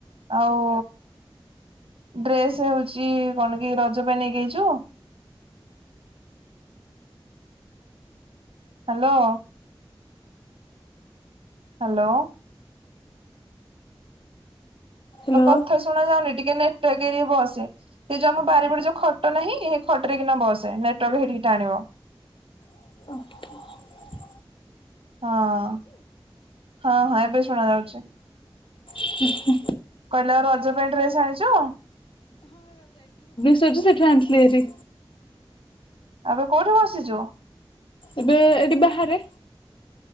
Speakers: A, on the right; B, on the left.
A: ଆଉ ଡ୍ରେସ ହଉଛି କଣ କି ରଜ ପାଇଁ ନେଇକେଇଛୁ? ହ୍ୟାଲୋ ହ୍ୟାଲୋ
B: ହ୍ୟାଲୋ
A: ତ କଥା ଶୁଣା ଯାଉନି ଟିକେ ନେଟଗିରି ବସ ସେ ଯୋଉ ଆମ ବାରିପଡ ଯୋଉ ଖଟ ନାହିଁ ସେ ଖଟ ରେ କିନା ବସେ ନେଟାର୍ ହେଠିକି ଟାଣିବ।
B: ଓୋ
A: ହଁ ହଁ ହଁ ଏବେ ଶୁଣା ଯାଉଛି।
B: ହୁ ହୁ
A: କହିଲା ଆ ରଜ ପାଇଁ ଡ୍ରେସ୍ ଆଣିଛ?
B: ସେଠୁ ସେଠୁ ଆଣିଥିଲି ଏରି।
A: ଏବେ କୋଉଠି ବସିଛୁ?
B: ଏବେ ଏଠି ବାହାରେ।